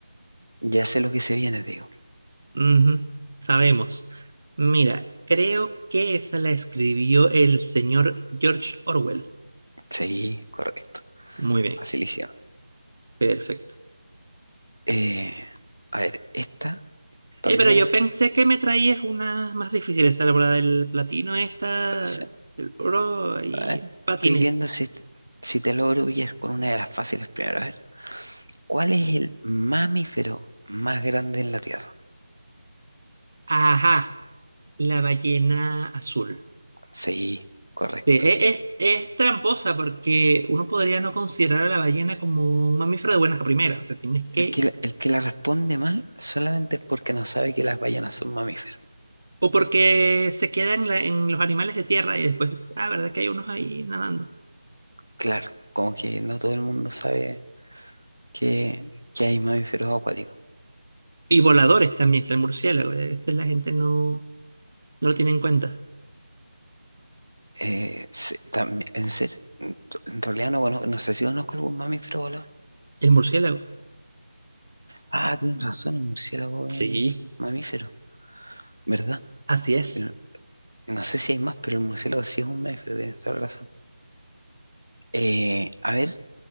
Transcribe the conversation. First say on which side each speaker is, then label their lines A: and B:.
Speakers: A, on the right (about 85°); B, on the right (about 45°).
A: ya sé lo que se viene, te digo.
B: ujú, sabemos. Mira, creo que esa la escribió el señor George Orwell.
A: Sí, correcto.
B: Muy bien,
A: Facilísimo.
B: perfecto.
A: Eh, a ver, esta también
B: Eh, pero yo
A: es...
B: pensé que me traías una más difícil, esa la bola del platino, esta,
A: o sea,
B: del oro, y
A: a ver,
B: patiné.
A: estoy viendo si, si te logro pillar con una de las fáciles primero. A ver, ¿cuál es el mamífero más grande en la Tierra?
B: Ajá, La ballena azul.
A: Sí, correcto.
B: Sí, e- es, es tramposa porque uno podría no considerar a la ballena como un mamífero de buenas a primeras. O sea, tienes
A: El
B: que...
A: que, la- el que la responde mal solamente es porque no sabe que las ballenas son mamíferos.
B: O porque se queda en, la- en los animales de tierra y después dices, ah, ¿verdad que hay unos ahí nadando?
A: Claro, como que no todo el mundo sabe que, que hay mamíferos acuáticos.
B: Y voladores también, está el murciélago. A veces la gente no, no lo tiene en cuenta.
A: Eh, se- también, en serio, en en realidad no conozco, no sé si conozco algún mamífero volador.
B: El murciélago.
A: Ah, tienes razón, el murciélago es
B: Sí,
A: un mamífero, ¿verdad?
B: así es.
A: El- no sé si hay más, pero el murciélago sí es un mamífero, tienes toda la razón. Eh, a ver